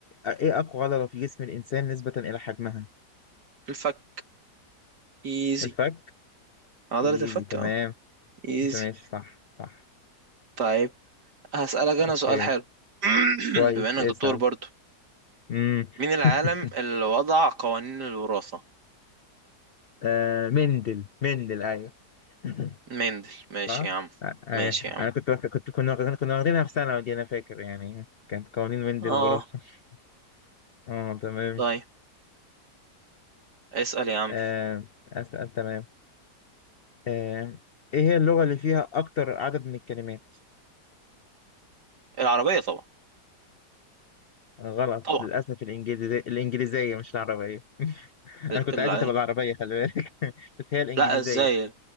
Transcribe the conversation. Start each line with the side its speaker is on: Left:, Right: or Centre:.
Left: ايه اقوى عضلة في جسم الانسان نسبة الى حجمها
Right: الفك ايزي
Left: الفك
Right: عضلة
Left: ايزي
Right: الفك
Left: تمام
Right: اه ايزي
Left: انت ماشي صح صح
Right: طيب هسألك انا
Left: اوكي
Right: سؤال حلو <clears throat>
Left: كويس
Right: بما انك
Left: اسأل
Right: دكتور برضو
Left: امم
Right: مين العالم
Left: <laughs>
Right: اللي وضع قوانين الوراثة
Left: آه مندل مندل ايوه <laughs>
Right: مندل ماشي
Left: صح
Right: يا عم
Left: آه، ايوه
Right: ماشي يا عم
Left: انا كنت واخد- كنت كنا واخدين- كنا واخدينها في ثانوي دي انا فاكر يعني كانت قوانين مندل
Right: اه
Left: وراثة <laughs> اه تمام
Right: طيب اسأل يا عم
Left: آه اسأل تمام آه ايه هي اللغة اللي فيها اكتر عدد من الكلمات
Right: العربية طبعا
Left: غلط
Right: طبعا
Left: للأسف الإنجليزية الإنجليزية مش العربية <laughs>
Right: ال...
Left: أنا كنت
Right: ال...
Left: عايزة تبقى العربية خلي بالك <laughs> بس هي الإنجليزية
Right: لا ازاي